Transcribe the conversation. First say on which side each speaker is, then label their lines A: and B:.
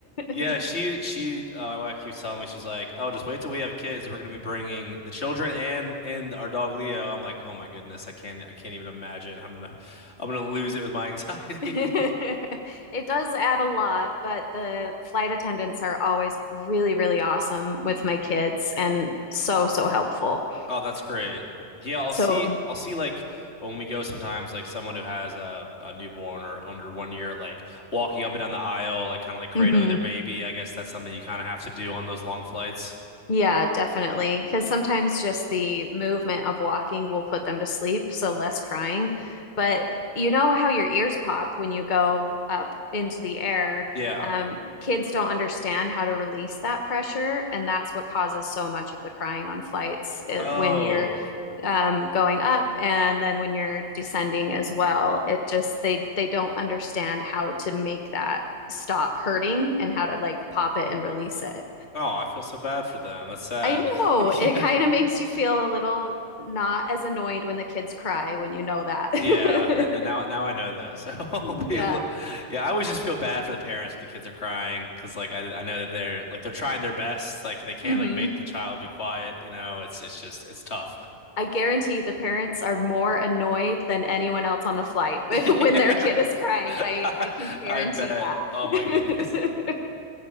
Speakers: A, on the left; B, on the left.
A: Yeah,
B: <laughs>
A: she she uh, my wife keeps telling me she's like, "Oh, just wait till we have kids. We're going to be bringing the children and and our dog Leo." I'm like, "Oh my goodness, I can't I can't even imagine. I'm gonna I'm gonna lose it with my anxiety."
B: <laughs> It
A: <laughs>
B: does add a lot, but the flight attendants are always really, really awesome with my kids and so, so helpful.
A: Oh, that's great. Yeah, I'll
B: So,
A: see I'll see like when we go sometimes like someone who has a a newborn or under one year like walking up and down the aisle like kind of like cradling
B: mhm.
A: their baby. I guess that's something you kind of have to do on those long flights.
B: Yeah, definitely. Because sometimes just the movement of walking will put them to sleep, so less crying. But you know how your ears pop when you go up into the air.
A: Yeah.
B: Um, kids don't understand how to release that pressure, and that's what causes so much of the crying on flights it,
A: Oh.
B: when you're um, going up and then when you're descending as well. It just they they don't understand how to make that stop hurting and how to like pop it and release it.
A: Oh, I feel so bad for them. That's sad.
B: I know.
A: <laughs>
B: It
A: Yeah.
B: kind of makes you feel a little not as annoyed when the kids cry when you know that.
A: Yeah. N n- now,
B: <laughs>
A: now I know that. So <laughs> I'll
B: Yeah.
A: be a li- yeah, I always just feel bad for the parents. if The kids are crying because, like, I, I know that they're like they're trying their best. Like, they can't
B: hmm
A: like make the child be quiet. You know, it's it's just it's tough. <laughs>
B: I guarantee the parents are more annoyed than anyone else on the flight
A: Yeah.
B: <laughs> when their kid is crying.
A: <laughs>
B: I
A: I
B: I can
A: I
B: guarantee
A: bet.
B: that.
A: Oh my goodness.
B: <laughs>